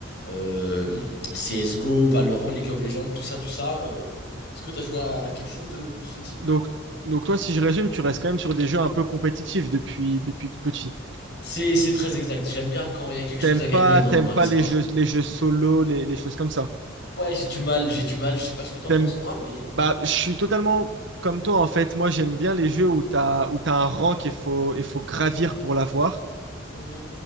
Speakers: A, on the left; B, on the right.
A: euh, CSGO, Valorant, League of Legends, tout ça, tout ça. euh. Est-ce que tu as joué à quelque chose de ce type?
B: Donc, donc toi, si je résume, tu restes quand même sur des jeux un peu compétitifs depuis, depuis petit.
A: C'est, c'est très exact. J'aime bien quand il y a quelque
B: T'aimes
A: chose à gagner
B: pas,
A: dans
B: t'aimes
A: dans
B: pas
A: l'histoire.
B: les jeux, les jeux solo, les, les choses comme ça.
A: Ouais, j'ai du mal, j'ai du mal. Je sais pas ce que t'en
B: T'aimes,
A: penses toi, mais.
B: Bah, je suis totalement comme toi en fait. Moi, j'aime bien les jeux où t'as où t'as un rang qu'il faut, il faut gravir pour l'avoir.
A: Mhm,